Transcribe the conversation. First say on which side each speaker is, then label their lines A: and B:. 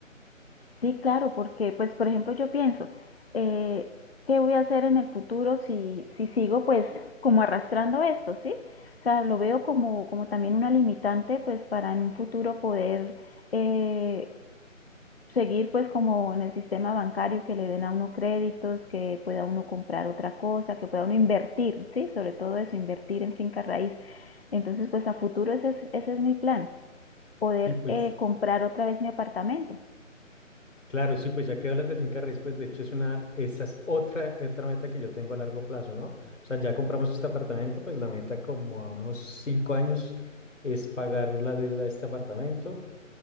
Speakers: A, on the left (about 50°); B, on the left (about 70°).
A: Sí, claro, porque, pues, por ejemplo, yo pienso, eh, ¿qué voy a hacer en el futuro si, si sigo, pues, como arrastrando esto, ¿sí? O sea, lo veo como, como también una limitante, pues, para en un futuro poder eh, seguir, pues, como en el sistema bancario, que le den a uno créditos, que pueda uno comprar otra cosa, que pueda uno invertir, ¿sí? Sobre todo eso, invertir en finca raíz. Entonces, pues, a futuro ese es, ese es mi plan, poder
B: Sí, pues
A: eh, comprar otra vez mi apartamento.
B: Claro, sí, pues ya que hablas de finca raíz, pues de hecho es una, esa es otra, otra meta que yo tengo a largo plazo, ¿no? O sea, ya compramos este apartamento, pues la meta como a unos cinco años es pagar la deuda de este apartamento